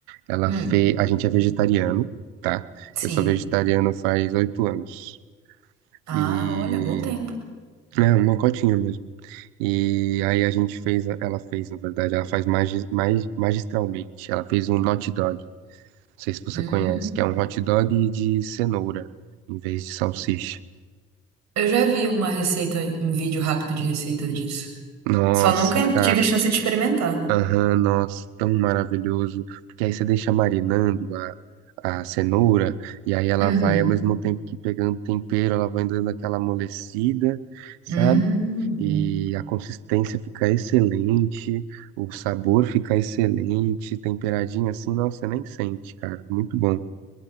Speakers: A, on the right; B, on the right.
A: Ela
B: Hum,
A: fez, a gente é vegetariano, tá?
B: sim.
A: Eu sou vegetariano faz oito anos.
B: Ah,
A: E
B: olha, bom tempo.
A: é uma cotinha mesmo. E aí a gente fez, ela fez, na verdade, ela faz magis, mais magistralmente. Ela fez um hot dog. Não sei se você
B: Hum.
A: conhece, que é um hot dog de cenoura em vez de salsicha.
B: Eu já vi uma receita, um vídeo rápido de receita disso.
A: Nossa,
B: Só nunca
A: cara.
B: tive a chance de experimentar.
A: Aham, nossa, tão maravilhoso. Porque aí você deixa marinando a, a cenoura e aí ela
B: Uhum.
A: vai ao mesmo tempo que pegando tempero, ela vai dando aquela amolecida, sabe?
B: Hum.
A: E a consistência fica excelente, o sabor fica excelente, temperadinho assim, nossa, você nem sente, cara. Muito bom.